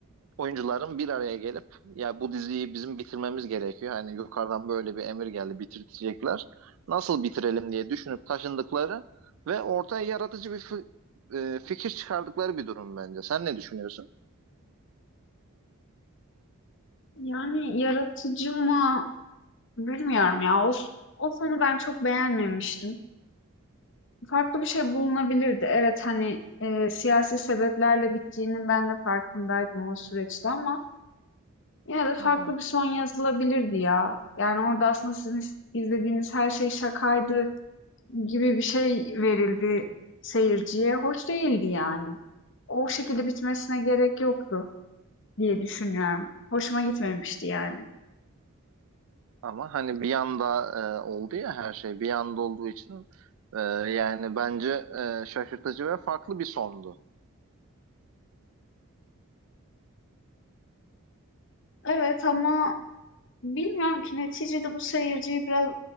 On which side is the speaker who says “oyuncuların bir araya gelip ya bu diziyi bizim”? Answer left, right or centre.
Right